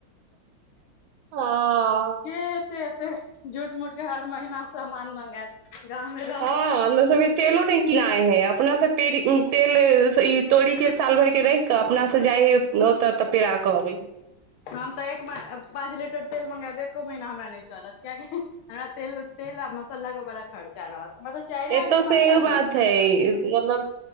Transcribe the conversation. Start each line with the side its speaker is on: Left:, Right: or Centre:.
Right: हां
Left: के एते-एते झूठ-मूठ के हर महिना समान मंगाएत। गामे र
Right: हँ हमरो सब के तेलो नहि किनाय हय अपना सब पेरी तेल स ई तोड़ी के साल भर के रहि क अपना स जाय हय ओत त पेड़ा के अबै हय।
Left: हम तऽ एक मऽ पाँच लीटर तेल मगायब, एको महीना हमरा नहि चलत कियकि हमरा तेल-तेल आ मसल्ला के बड़ा खर्चा रहत। मतलब चाइरे
Right: एतो
Left: आदमी
Right: सेओ
Left: पाँचे आदमी
Right: बात
Left: छी
Right: हय मतलब